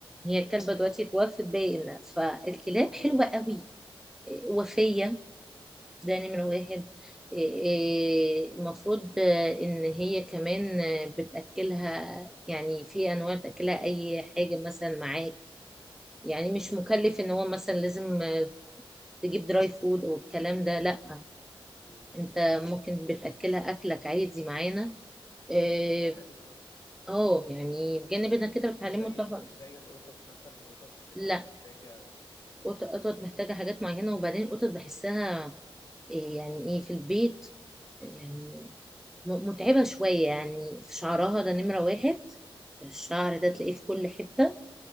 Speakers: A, in the centre; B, on the left (about 45°).
A: هي الكلبه
B: ايوه
A: دلوقتي اتوفت باينه فالكلاب
B: اه
A: حلوه قوي إيه، وفيه ده نمرة واحد إيه-
B: امم
A: المفروض ان هي كمان بتأكلها يعني في انواع بتأكلها اي حاجة مثلا معاك يعني مش مكلف ان هو مثلا لازم تجيب دراي فود او الكلام ده لا
B: امم
A: انت ممكن بتأكلها اكلك عادي معانا إيه،
B: طب ده حلو ده
A: اه يعني بجانب انك كده
B: مش
A: بتعلمه
B: زي
A: طبعا
B: مش زي القطط مثلا القطط بتبقى
A: لا
B: محتاجة
A: قط- قطط محتاجة حاجات معينة وبعدين القطط بحسها إيه، يعني
B: امم
A: ايه في البيت يعني م- متعبة شوية يعني في شعرها ده نمرة
B: امم
A: واحد الشعر ده تلاقيه في كل حتة